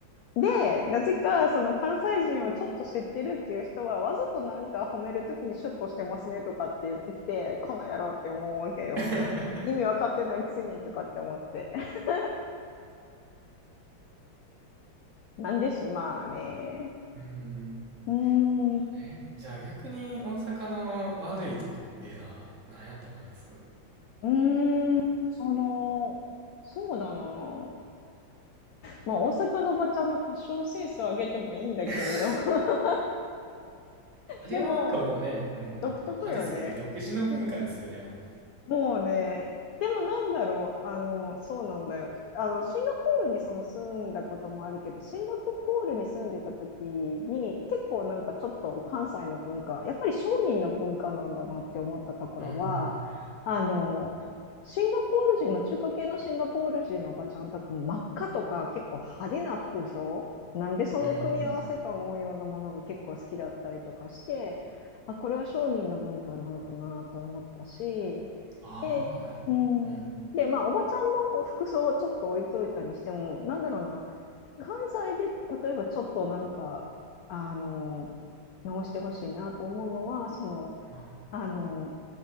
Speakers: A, on the left; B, on the right.
A: で、なぜかその関西人をちょっと知ってるっていう人は、わざとなんか褒めるときにシュッとしてますねとかって言ってきて、この野郎って思うわけよ。
B: <laughs>
A: 意味わかってないくせにとかって思って。<laughs> なんでしまあね。
B: うん。
A: うーん、う
B: ね。じゃあ逆に大阪の悪いとこっていうのは何やと思います
A: ーん、その、そうだな。まあ、大阪のおばちゃんのファッションセンスを上げてもいいんだけれど、
B: <laughs>
A: <laughs>
B: あれはなんかもうね、
A: でも、
B: うん、
A: 独特よね。
B: 派手すぎて独自の文化ですよね、でも
A: もうね、でもなんだろう、あの、そうなんだよ。あの、シンガポールにその住んだこともあるけど、シンガポールに住んでた時に、結構なんかちょっと関西の文化、やっぱり商人の文化なんだなって思ったところは、
B: う。うーん。
A: あの、シンガポール人の中華系のシンガポール人のおばちゃんとかも真っ赤とか結構派手な服装、なんでその組み合わせと思うようなものが結構好きだったりとかして、
B: うん。
A: あ、これは商人の文化なのかなと思ったし
B: ああ、
A: で、
B: なるほど。
A: うん。
B: うん。
A: で、まあ、おばちゃんの服装はちょっと置いといたにしても、なんだろうな、関西で例えばちょっとなんか、あの、直してほしいなと思うのは、その、
B: は
A: あの、